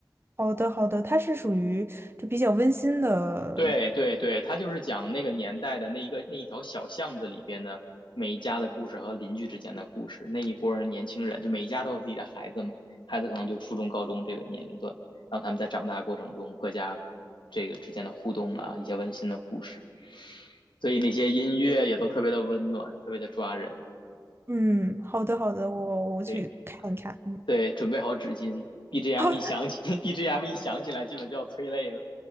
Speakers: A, on the right; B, on the left.
A: 好的，好的，它是属于就比较温馨的，
B: 对对对，他就是讲那个年代的那一个那一条小巷子里边的每一家的故事和邻居之间的故事。那一波人年轻人，就每一家都有自己的孩子嘛，孩子可能就初中、高中这个年龄段，然后他们在长大过程中各家这个之间的互动啊，一些温馨的故事。所以那些音乐也都特别的温暖，特别的抓人。
A: 嗯，好的，好的，我我去看一看，
B: 对
A: 嗯，
B: 对，准备好纸巾，BGM
A: <laughs> 好
B: 一响起，BGM <laughs> 一响起来，基本就要催泪了。